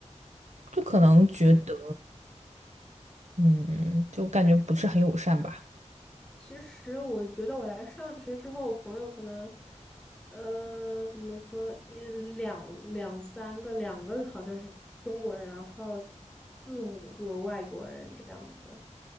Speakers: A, on the right (about 70°); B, in the centre.
A: 就可能觉得
B: 嗯。
A: 嗯，就感觉不是很友善吧。
B: 其实我觉得我来上学之后，我朋友可能，呃，怎么说，一两两三个，两个好像是中国人，然后四五个外国人这样子。